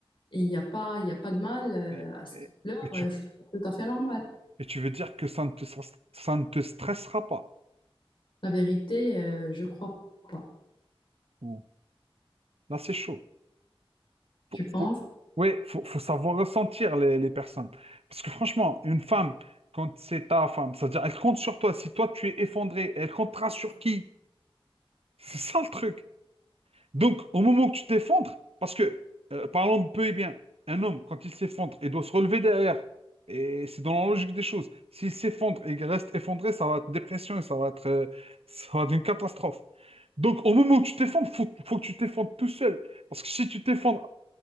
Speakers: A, on the left; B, on the right.
A: Et il n'y a pas, il y a pas de mal, euh,
B: Et-
A: à ce
B: et-
A: qu'il pleure.
B: Mais tu,
A: euh, Je trouve ça tout à fait normal.
B: Et tu veux dire que ça ne te, ça ne te stressera pas.
A: La vérité, euh, je crois pas.
B: Bon, Là, c'est chaud.
A: Tu
B: Faut,
A: penses?
B: faut- Oui, il faut, faut savoir ressentir les, les personnes. Parce que franchement, une femme, quand c'est ta femme, c'est-à-dire elle compte sur toi. Si toi, tu es effondré, elle comptera sur qui? <laughs> C'est ça le truc. Donc, au moment où tu t'effondres, parce que, euh, parlons de peu et bien, un homme, quand il s'effondre, il doit se relever derrière. Et c'est dans la logique des choses. S'il s'effondre et qu'il reste effondré, ça va être dépression et ça va être, euh, ça va être une catastrophe. Donc, au moment où tu t'effondres, il faut, faut que tu t'effondres tout seul. Parce que si tu t'effondres